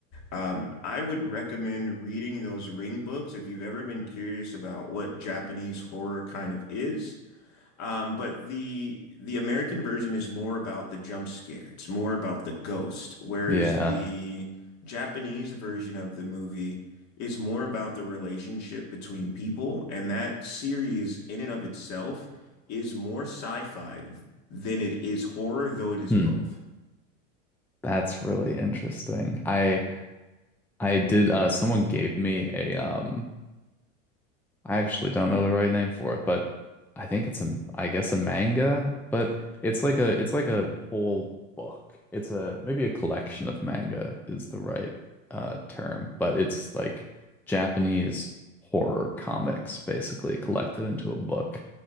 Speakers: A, on the left; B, in the centre.
A: Um, I would recommend reading those Ring books if you've ever been curious about what Japanese horror kind of is. Um, but the the American version is more about the jump scare. It's more about the ghost, whereas
B: Yeah.
A: the Japanese version of the movie is more about the relationship between people, and that series in and of itself is more sci-fi than it is horror, though it is
B: Hmm.
A: both.
B: That's really interesting. I I did uh someone gave me a um I actually don't know the right name for it, but I think it's a, I guess a manga, but it's like a, it's like a whole book. It's a, maybe a collection of manga is the right uh, term, but it's like Japanese horror comics basically collected into a book.